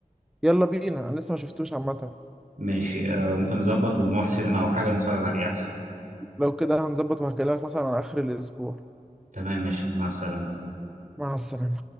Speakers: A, in the centre; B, on the right (about 60°).
A: يلا بينا أنا لسه ما شفتوش عامة
B: ماشي آه ممكن نظبط ونروح سينما او حاجة نتفرج عليه احسن
A: لو كده هنظبط وهكلمك مثلا على آخر الأسبوع
B: تمام ماشي مع السلامة
A: مع السلامة